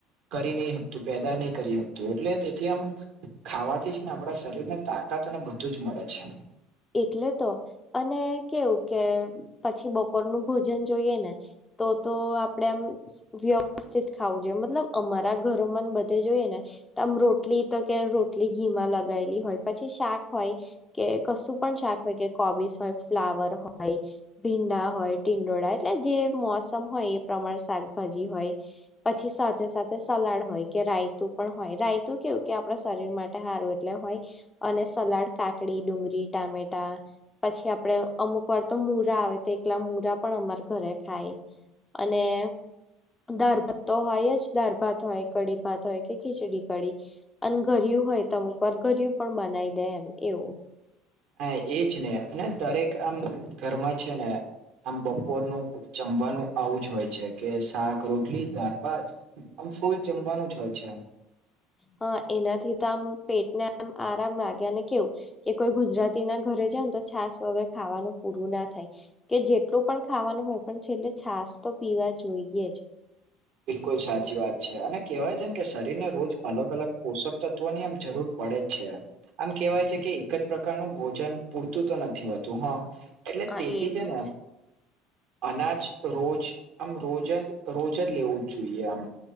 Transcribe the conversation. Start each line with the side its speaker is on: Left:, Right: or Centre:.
Right: કરી નહી હકતું પેદા નહી કરી શકતું એટલે તેથી આમ ખાવા થી જ ને આપણા શરીર ને તાકાત અને બધું જ મળે છે.
Left: એટલે તો. અને કેવું કે પછી બપોર નું ભોજન જોઈએ ને. તો તો આપડે આમ વ્યવસ્થિત ખાવું જોઈએ મતલબ અમારા ઘરો માં બધા જોઈએ ને, તો આમ રોટલી તો કે રોટલી ઘી માં લગાવે. હોય પછી શાક હોય, કે કશું પણ શાક હોય કે કોબીસ હોય ફ્લાવર હોય. ભીંડા હોય ટીંડોળ એટલે જે મોસમ હોય એ પ્રમાણે શાકભાજી હોય, પછી સાથે સાથે સલાડ હોય કે રાયતું પણ હોય રાયતું કેવું કે આપણા શરીર માટે સારું એટલે હોય, અને સલાડ કાકડી ડુંગળી. ટમેટા. પછી આપડે અમુક વાર તો મૂળા આવે તો એટલા મૂળા પણ અમારા ઘરે ખાય. અને દાળ ભાત હોય જ દાળ ભાત હોય કઢી ભાત હોય કે ખીચડી કઢી. અને ઘરિયું હોય તો અમુક વાર ઘરિયું પણ બનાવી દે એમ એવું.
Right: હા એ જ ને અને દરેક આમ ઘર માં છે ને. આમ બપોરનું જમવાનું આવું જ હોય છે કે શાક રોટલી દાળ ભાત. આમ શુ જમવાનું જ હોય છે.
Left: હા એનાથી તો આમ પેટને આમ આરામ લાગ્યા અને કેવું. કે કોઈ ગુજરાતી ના ઘરે જાવ ને તો છાસ વગર ખાવાનું પૂરું ના થાય. કે જેટલું પણ ખાવાનું હોય પણ છેલ્લે છાસ તો પીવા જોઈએ જ.
Right: બિલકુલ સાચી વાત છે અને કહેવાય છે કે શરીરને રોજ અલગ અલગ પોષક તત્વ ની આમ જરૂર પડે જ છે. આમ કહેવાય છે કે એક જ પ્રકારનું ભોજન પૂરતું તો નથી હોતું હા. એટલે
Left: હા,
Right: તે
Left: એ
Right: થી છે
Left: તો
Right: ને. અનાજ રોજ આમ રોજ રોજ જ લેવું જ જોઈએ આમ.